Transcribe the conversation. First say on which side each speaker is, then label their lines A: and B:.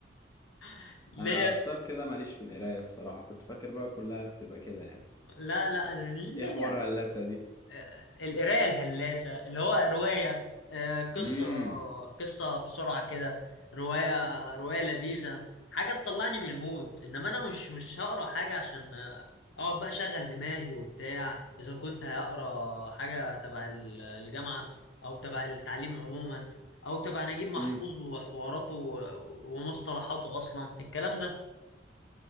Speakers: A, on the left; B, on the left.
A: <laughs>
B: انا
A: ليا
B: بسبب كده ماليش في القرايه الصراحه كنت فاكر بقى كلها بتبقى كده يعني
A: لا لا ليا
B: ايه حوار هندسه دي
A: آه، القرايه الهلاسه اللي هو روايه آه، قصه
B: امم
A: قصه بسرعه كده روايه روايه لذيذه حاجه تطلعني من المود انما انا مش مش هقرا حاجه عشان آه، اقعد بقى اشغل دماغي وبتاع اذا كنت هقرا حاجه تبع ال- الجامعه او تبع التعليم عموما او تبع نجيب محفوظ
B: امم
A: وحواراته و- ومصطلحاته اصلا الكلام ده